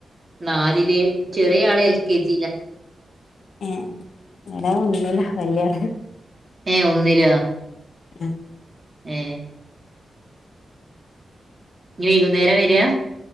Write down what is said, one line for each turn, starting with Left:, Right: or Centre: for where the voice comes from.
Right: നാലില് ചെറിയ ആള് എൽ കെ ജിയില.
Left: ഏ ഇട ഒന്നുമില്ല വല്യ ആള്
Right: ഏ ഒന്നില
Left: ഉം
Right: ഏ വൈകുന്നേര വരാ